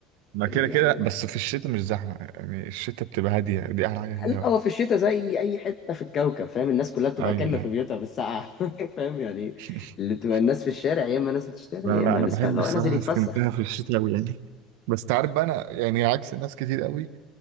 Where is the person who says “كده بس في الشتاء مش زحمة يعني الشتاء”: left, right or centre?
Right